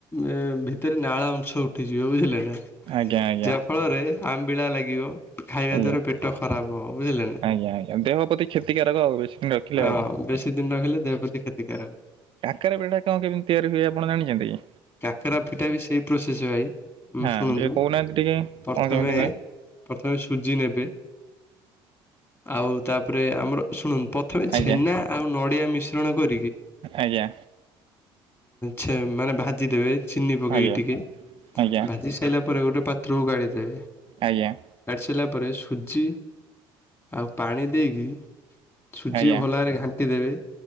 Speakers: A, on the left; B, on the right.
A: ଏ ଭିତରେ ନାଳ ଅଂଶ ଉଠିଯିବ ବୁଝିଲେ ନା
B: ଆଜ୍ଞା ଆଜ୍ଞା
A: ଯାହା ଫଳରେ ଆମେ ଆବିଳା ଲାଗିବ। ଖାଇବା
B: ଆଜ୍ଞା।
A: ଦ୍ଵାରା ପେଟ
B: ଆଜ୍ଞା
A: ଖରାପ ହବ ବୁଝିଲେ ନା।
B: ଆଜ୍ଞା ଦେହ ପ୍ରତି କ୍ଷତିକାରକ ଆଉ ବେଶି ଦିନ ରଖିଲେ ଆଉ।
A: ଅ ବେଶି ଦିନ ନହଲେ ଦେହ ପ୍ରତି ଖତିକାରକ। କାର
B: କାକରା ପିଠା କଣ କେମିତି ତିଆରି ହୁଏ ଆପଣ ଜାଣିଛନ୍ତି କି?
A: କାକେରା ପିଠା ବି ସେଇ ପ୍ରୋସେସ ଭାଇ ଆେ
B: ହଁ
A: ଶୁଣନ୍ତୁ
B: ଟିକେ କହୁନାହାନ୍ତି ଟିକେ
A: ପ୍ରଥମେ
B: କଣ କେମିତି ହୁଏ?
A: ପ୍ରଥମେ ସୁଜି ନେବେ। ଆଉ ତାପରେ ଆମର ଶୁଣନ୍ତୁ। ପ୍ରଥମେ
B: ଆଜ୍ଞା
A: ଛେନା ଆଉ ନ ଆ ମିଶ୍ରଣ କରି
B: ଆଜ୍ଞା
A: ଛା ମାନେ ବା ଯି ଦେବେ ଚିନି ପକେଇକି
B: ଆଜ୍ଞା
A: ଟିକେ
B: ଆଜ୍ଞା
A: ଭାଜି ସାରିଲା ପରେ ଗୋଟେ ପତକୁ ଗାଦେବେ
B: ଆଜ୍ଞା
A: ସିଲଲା ପରେ ସୁଜି ଆଉ ପାଣି ଦେଇକି ସୁଜିକୁ
B: ଆଜ୍ଞା ଆଜ୍ଞା
A: ଭଲ ଭରେ ଘାଣ୍ଟି ଦେବେ